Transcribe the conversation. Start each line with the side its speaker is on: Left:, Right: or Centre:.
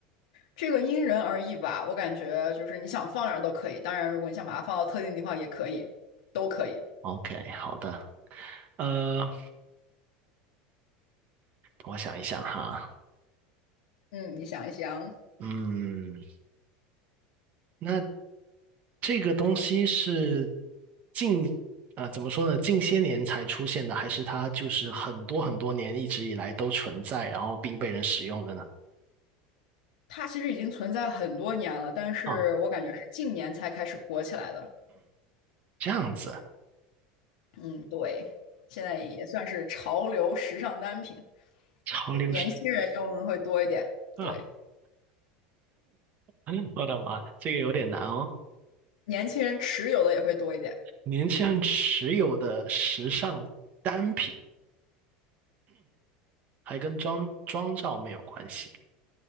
Left: 这个因人而异吧，我感觉就是你想放哪儿都可以，当然如果你想把它放到特定地方也可以，都可以。
Right: ？OK，好的，呃，我想一想哈，
Left: 嗯，你想一想，
Right: 嗯。那这个东西是近啊，怎么说呢？近些年才出现的，还是它就是很多很多年一直以来都存在，然后并被人使用的呢？
Left: 它其实已经存在很多年了，但是我感觉是近年才开始火起来的。
Right: 啊，这样子，
Left: 嗯，对，现在也算是潮流时尚单品，
Right: 潮流是
Left: 年轻人用的会多一点，
Right: 啊，
Left: 对，
Right: <laughs> 我的妈，这个有点难哦。
Left: 年轻人持有的也会多一点。
Right: 年轻人持有的时尚单品还跟妆妆造没有关系